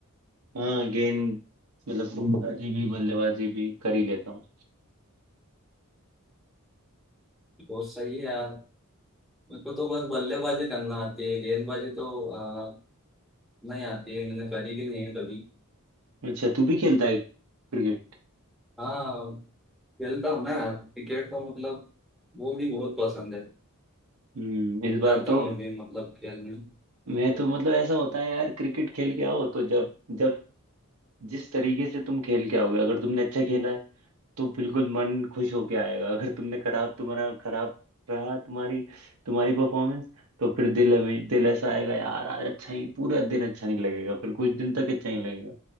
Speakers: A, on the right; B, in the centre.
A: हाँ गेंद मतलब गेंदबाजी भी बल्लेबाजी भी कर ही लेता हूँ
B: बहुत सही है यार मेरे को तो बस बल्लेबाजी करना आती है गेंदबाजी तो अ, नहीं आती है मैंने करी भी नहीं है कभी
A: अच्छा तू भी खेलता है क्रिकेट
B: हाँ खेलता हूँ ना यार क्रिकेट तो मतलब वो भी बहुत पसंद है
A: हम्म इस बार
B: जाता
A: तो
B: हूँ मैं भी मतलब खेलने
A: मैं तो मतलब ऐसा होता है यार क्रिकेट खेल के आओ तो जब जब जिस तरीके से तुम खेल के आओगे अगर तुमने अच्छा खेला है तो बिल्कुल मन खुश होके आएगा अगर तुमने खराब तुम्हारा खराब रहा तुम्हारी तुम्हारी परफॉर्मेंस तो फिर दिल हमें दिल ऐसा आएगा यार आज अच्छा ही पूरा दिन अच्छा नहीं लगेगा फिर कुछ दिन तक अच्छा नहीं लगेगा